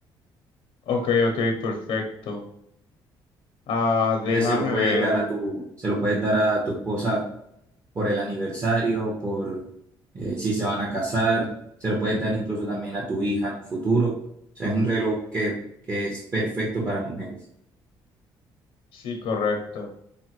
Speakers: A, on the left (about 80°); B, on the right (about 35°).
A: ok, ok, perfecto. Ah,
B: Ese
A: déjame
B: se lo puedes
A: ver.
B: dar a tu, se lo puedes dar a tu esposa por el aniversario, por eh, si se van a casar, se lo puedes dar incluso también a tu hija en un futuro. O sea, es un reloj que, que es perfecto para mujeres.
A: Sí, correcto.